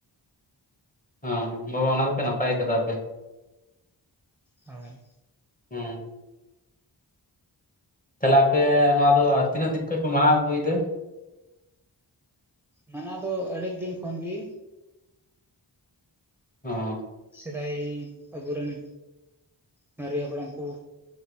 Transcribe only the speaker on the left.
ᱦᱮ ᱵᱟᱵᱟ ᱚᱱᱟ ᱫᱚᱯᱮ ᱱᱟᱯᱟᱭ ᱠᱟᱫᱟ ᱯᱮ
ᱦᱮᱸ ᱛᱟᱦᱚᱞᱮ ᱟᱯᱮ ᱱᱚᱣᱟ ᱫᱚ ᱛᱤᱱᱟᱹᱜ ᱫᱤᱱ ᱠᱷᱚᱱᱚᱡ ᱯᱮ ᱢᱟᱱᱟᱣ ᱟᱹᱜᱩᱭ ᱫᱟ
ᱦᱚᱸ